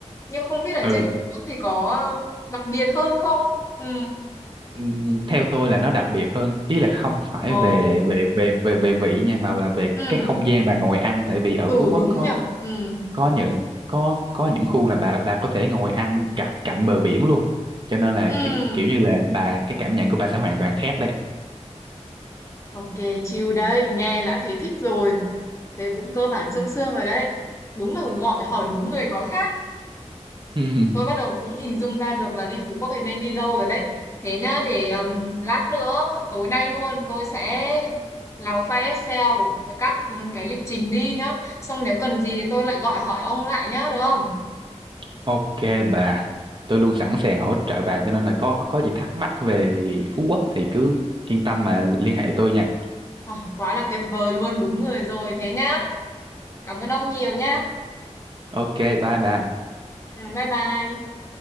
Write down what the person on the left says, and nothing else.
Nhưng không biết ở
trên Phú Quốc thì có ờ, đặc biệt hơn không? Ừ.
Ồ.
ừ
ừ
đúng
nhở ừ
ừ
ok chill đấy nghe đã thấy thích rồi thế cũng cơ bản sương sương rồi đấy đúng là gọi hỏi đúng người có khác
tôi bắt đầu cũng hình dung ra được là đi Phú Quốc thì nên đi đâu rồi đấy thế nhá để ừm, lát nữa tối nay luôn tôi sẽ làm file Excel với các ừm, cái lịch trình đi nhá xong nếu cần gì thì tôi lại gọi hỏi ông lại nhá được không
Ờ, quá là tuyệt vời luôn đúng người rồi thế nhá cảm ơn ông nhiều nhá
ừ, bye bye